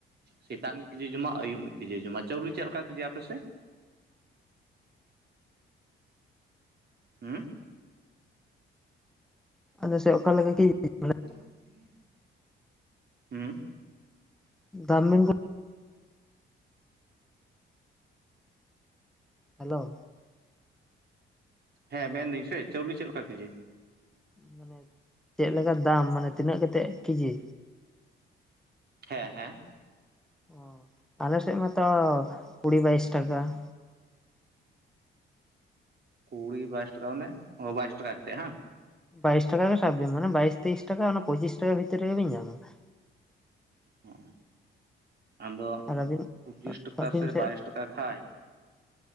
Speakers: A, on the right; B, in the centre.
A: ᱥᱮᱛᱟᱜ ᱢᱤᱫ ᱠᱮᱡᱤ ᱡᱚᱢᱟ ᱟᱹᱭᱩᱵ ᱢᱤᱫ ᱠᱮᱡᱤ ᱡᱚᱢᱟ ᱪᱟᱣᱞᱮ ᱪᱮᱫ ᱞᱮᱠᱟ ᱠᱮᱡᱤ ᱟᱯᱮ ᱥᱮᱫ? ᱦᱩ
B: ᱟᱫᱚ ᱥᱮᱫ ᱚᱠᱟᱮᱠᱟ ᱠᱮᱡᱤ <unintelligible>
A: <unintelligible> ᱦᱩᱸ
B: <inaudible> ᱦᱮᱞᱳ
A: ᱦᱮᱸ ᱢᱮᱱᱫᱟᱹᱧ ᱥᱮ ᱪᱟᱣᱞᱮ ᱪᱮᱫ ᱞᱮᱠᱟ ᱠᱮᱡᱤ?
B: ᱢᱟᱱᱮ ᱪᱮᱫ ᱞᱮᱠᱟ ᱫᱟᱢ ᱢᱟᱱᱮ ᱛᱤᱱᱟᱹᱜ ᱠᱟᱛᱮᱫ ᱠᱮᱡᱤ?
A: ᱦᱮᱸ ᱦᱮᱸ
B: ᱚ ᱟᱞᱮ ᱥᱮᱫ ᱢᱟᱛᱚ ᱠᱩᱲᱤ ᱵᱟᱭᱤᱥ ᱴᱟᱠᱟ ᱾
A: ᱠᱩᱲᱤ ᱵᱟᱭᱤᱥ ᱴᱟᱠᱟ ᱢᱟᱱᱮ ᱵᱟᱭᱤᱥ ᱴᱟᱠᱟ ᱠᱟᱛᱮᱫ ᱦᱮᱵᱟᱝ ᱾
B: ᱵᱟᱭᱤᱥ ᱴᱟᱠᱟ ᱨᱮᱜᱮ ᱥᱟᱵ ᱵᱤᱱ ᱢᱟᱱᱮ- ᱵᱟᱭᱤᱥ ᱛᱮᱭᱤᱥ ᱴᱟᱠᱟ, ᱚᱱᱟ ᱯᱚᱸᱪᱤᱥ ᱴᱟᱠᱟ ᱵᱷᱤᱛᱤᱨ ᱨᱮᱜᱮᱵᱤᱱ ᱧᱟᱢᱟ ᱾
A: ᱚ ᱟᱫᱚ
B: ᱟᱨ ᱟᱹᱵᱤᱱ
A: ᱯᱩᱪᱤᱥ ᱴᱟᱠᱟ
B: ᱟᱹᱵᱤᱱ
A: ᱥᱮ
B: ᱥᱮᱫ
A: ᱵᱟᱭᱤᱥ ᱴᱟᱠᱟ ᱠᱷᱟᱡ